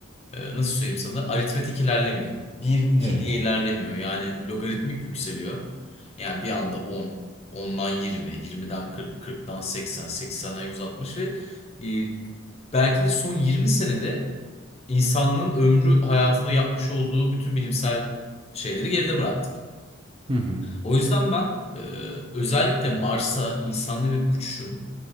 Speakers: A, on the left; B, on the right.
A: e, nasıl söyleyeyim sana aritmetik ilerlemiyor. bir iki
B: Evet.
A: diye ilerlemiyor. Yani logaritmik yükseliyor. Yani bir anda on, ondan 20, yirmiden 40, kırktan 80, seksenden 160 ve e, belki de son 20 senede insanlığın ömrü hayatında yapmış olduğu bütün bilimsel şeyleri geride bıraktık.
B: Hı hı.
A: O yüzden ben e, özellikle Mars'a insanlı bir uçuşun